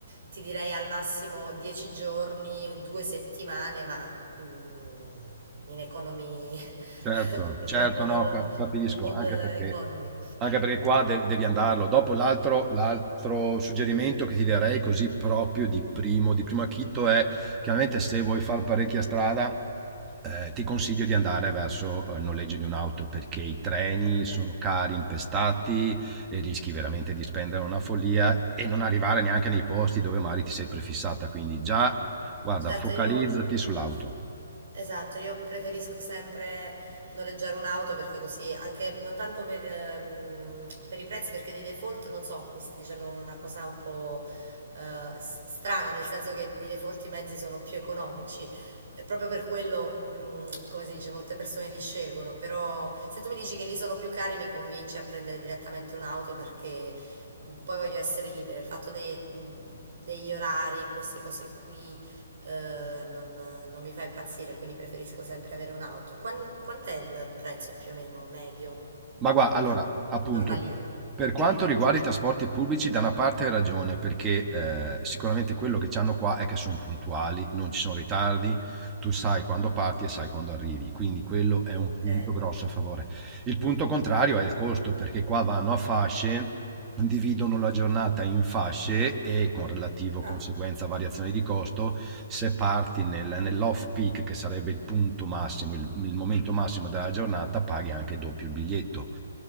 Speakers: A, on the right; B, on the right.
A: ti direi al massimo 10 giorni, due settimane, ma mm, in economy, <laughs>
B: Certo,
A: come
B: certo,
A: in modo,
B: no, ca- capisco,
A: in mood
B: anche
A: economy.
B: perché, anche perché qua de- devi andarlo. Dopo l'altro l'altro suggerimento che ti darei così proprio di primo, di primo acchito è, chiaramente se vuoi fare parecchia strada, eh, ti consiglio di andare verso eh, il noleggio di un'auto perché i treni
A: Ok.
B: sono cari, impestati e rischi veramente di spendere una follia e non arrivare neanche nei posti dove magari ti sei prefissata. Quindi già, guarda,
A: Certo,
B: focalizzati
A: io
B: sull'auto.
A: esatto, io preferisco sempre noleggiare un'auto perché così, anche non tanto per, ehm, per i prezzi, perché di default, non so, mi stai dicendo una cosa un po' eh, s- strana, nel senso che di default i mezzi sono più economici. E proprio per quello, mh, come si dice, molte persone li scelgono, però se tu mi dici che li sono più cari mi convinci a prendere direttamente un'auto perché mh, poi voglio essere libera. Il fatto de- mh, degli orari, queste cose qui, eh, non, non mi fa impazzire, quindi preferisco sempre avere un'auto. Quan- quant'è il prezzo più o meno medio
B: Ma guarda,
A: per
B: allora,
A: un'auto
B: appunto,
A: giornaliero?
B: per quanto riguarda i trasporti pubblici, da una parte hai ragione, perché eh, sicuramente quello che hanno qua è che sono puntuali, non ci sono ritardi, tu sai quando parti e sai quando arrivi, quindi quello è un
A: Ok.
B: punto grosso a favore. Il punto contrario è il costo, perché qua vanno a fasce, dividono la giornata in fasce e con relativo
A: Ah,
B: conseguenza variazioni di costo, se parti nel- nell'off peak, che sarebbe il punto massimo, il, il momento massimo della giornata, paghi anche doppio il biglietto.